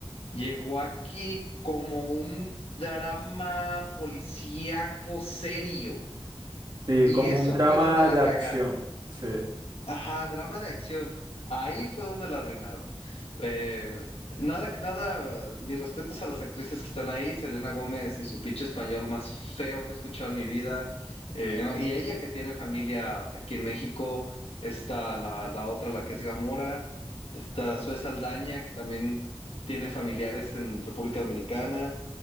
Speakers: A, on the left (about 85°); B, on the right (about 50°).
A: Llegó aquí como un drama policíaco serio.
B: sí,
A: Y
B: como
A: eso
B: un drama
A: fue donde la
B: de acción.
A: cagaron.
B: Sí,
A: Ajá, drama de acción. Ahí fue donde la arruinaron. Eh, nada, nada, mis respetos a las actrices que están ahí, Selena Gómez y su pinche español más feo que he escuchado en mi vida. Eh, ¿no? Y ella que tiene familia aquí en México, está la, la otra, la que es Gamora, está Zoe Saldaña, que también tiene familiares en República Dominicana.